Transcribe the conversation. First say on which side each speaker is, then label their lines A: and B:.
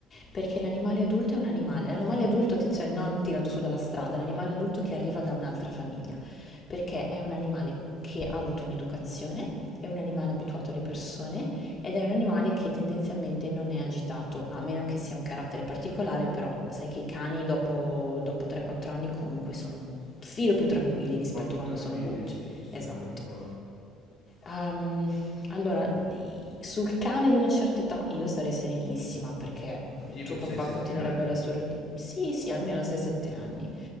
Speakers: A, on the left; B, on the left.
A: perché l'animale adulto è un animale, l'animale adulto, attenzione, non tirato su dalla strada, l'animale adulto che arriva da un'altra famiglia, perché è un animale che ha avuto un'educazione, è un animale abituato alle persone ed è un animale che tendenzialmente non è agitato, a meno che sia un carattere particolare, però sai che i cani dopo, dopo 3-4 anni comunque sono un filo più tranquilli
B: Un
A: rispetto
B: po' più
A: a quando
B: tranquilli,
A: sono cuccioli.
B: sì, sì, sì,
A: Esatto.
B: me lo ricordo.
A: Ehm, allora, i- sul cane di una certa età io sarei serenissima perché
B: Ma tipo
A: tuo papà
B: 6-7
A: continuerebbe
B: anni?
A: la sua routine. Sì, sì, almeno 6-7 anni.